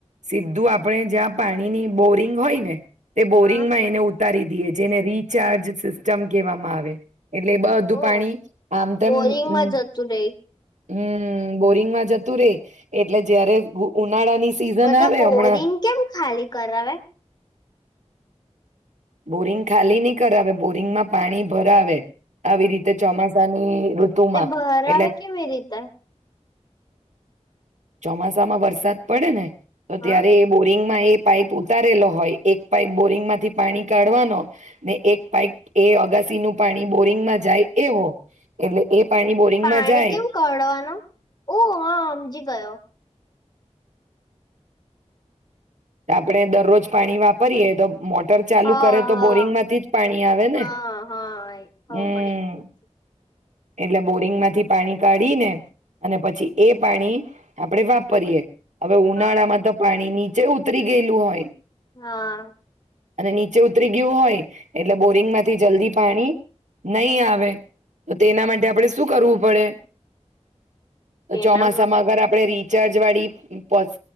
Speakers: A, on the right; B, on the left.
A: સીધું આપડે જ્યાં પાણી ની બોરિંગ હોય ને તે બોરિંગ
B: હા
A: માં એને ઉતારી દિયે જેને રિચાર્જ સિસ્ટમ કહેવામાં આવે. એટલે બધું
B: ઓ
A: પાણી આમ તેમ
B: બોરિંગમાં
A: અમ્મ
B: જતું રહી
A: હમ્મ બોરિંગમાં જતું રે એટલે જયારે ઓ ઉન નાળા ની સિઝન
B: બધા
A: આવે
B: બોરિંગ
A: હમણાં
B: કેમ ખાલી કરાવે?
A: બોરિંગ ખાલી નહી કરાવે બોરિંગમાં પાણી ભરાવે આવી રીતે ચોમાસાની ઋતુમાં
B: તે ભરાવે
A: એટલે
B: કેવી રીતે
A: ચોમાસામાં વરસાદ પડે ને તો
B: હા
A: ત્યારે એ બોરિંગમાં એ પાઈપ ઉતારેલો હોય, એક પાઈપ બોરિંગમાંથી પાણી કાઢવાનો, ને એક પાઈપ એ અગાસી નું પાણી બોરિંગમાં જાય એવો, એટલે એ પાણી બોરિંગમાં
B: પાણી
A: જાય
B: કેમ કડવાનો? ઓહ હા હમજી ગયો.
A: આપણેે દરરોજ પાણી વાપરીએ તો મોટર ચાલુ
B: હા
A: કરે તો
B: હા
A: બોરિંગ માંથી જ પાણી આવે ને.
B: હા હા એ ખબર
A: હમ્મ.
B: પડી
A: એટલે બોરિંગ માંથી પાણી કાઢીને અને પછી એ પાણી આપણે વાપરીએ. હવે ઉનાળા
B: હા
A: માં તો પાણીની જેવું જ ઉતરી ગયેલું હોય
B: હા.
A: અને નીચે ઉતરી ગયું હોય એટલે બોરિંગ માંથી જલ્દી પાણી નહીં આવે. તો તેના માટે આપણે શું કરવું પડે? તો
B: એના
A: ચોમાસામાં અગર આપડે રી ચાર્જ વાળી પસ